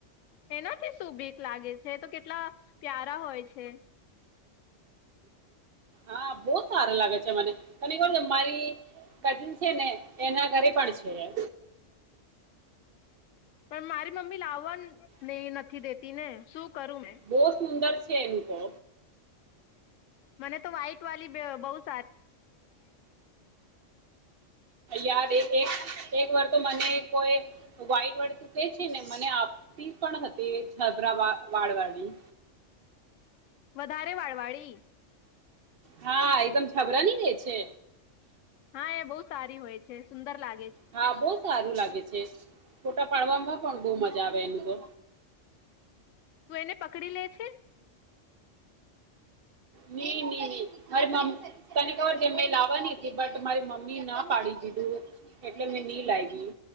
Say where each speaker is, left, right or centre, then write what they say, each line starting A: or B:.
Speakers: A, on the left (about 80°); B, on the right (about 55°).
A: એનાથી શું બીક લાગે, તે તો કેટલા પ્યારા હોય છે.
B: હા બહું સારું લાગે છે મને. તને ખબર છે મારી કઝિન છે ને એના ઘરે પણ છે એ.
A: પણ મારી મમ્મી લાવવા દે નથી દેતી ને શું કરું મેં
B: બહો સુંદર છ છે એમ તો.
A: મને તો વ્હાઈટ વાલી બ બહું જ
B: યાર એક-એક-એક વર તો મને કોઈ વાઈટ વાળી તું કેહે છે ને મને આપતી પણ હતી, છબરા વા વાળ વાળી.
A: વધારે વાળ વાળી?
B: હા એકદમ છબરાની રે છે.
A: હા એ બહુ સારી હોય છે, સુંદર લાગ
B: હા બહુ સારું લાગ છે. ફોટા પાડવામાં પણ બહું મજા આવે એનું તો.
A: તું એને પકડી લે છે.?
B: નઈ નઈ મારી મમ્મ, તને ખબર છે, મેં લાવવાની હતી. બટ મારી મમ્મી ના પાડી દીધું એટલે મેં નહી લાવી